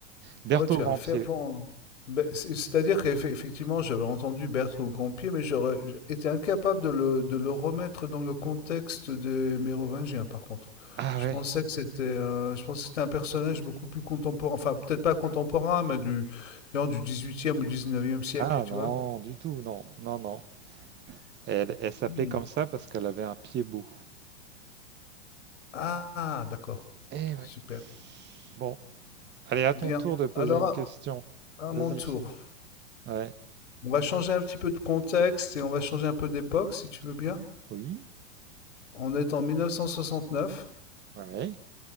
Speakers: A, on the right; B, on the left.
A: Berthe
B: Ouais, tu
A: au grand
B: es un fervent.
A: pied.
B: Ben, c'est- C'est-à-dire qu'effectivement, j'avais entendu Berthe au Grand-Pied, mais j'aurais j'- été incapable de le, de le remettre dans le contexte des Mérovingiens, par contre.
A: Ah
B: Je
A: ouais.
B: pensais que c'était euh, je pensais que c'était un personnage beaucoup plus contemporain, enfin peut-être pas contemporain, mais du, non, du 18e ou 19e siècle,
A: Ah
B: tu
A: non,
B: vois.
A: du tout, non, non, non. Elle, elle s'appelait
B: Hmm.
A: comme ça parce qu'elle avait un pied beau.
B: Ah, d'accord.
A: Eh
B: Super.
A: ouais. Bon, allez, à ton
B: Bien.
A: tour de poser
B: Alors,
A: une
B: à
A: question.
B: à
A: Vas-y.
B: mon tour.
A: Ouais.
B: On va changer un petit peu de contexte et on va changer un peu d'époque, si tu veux bien.
A: Oui.
B: On est en 1969.
A: Ouais.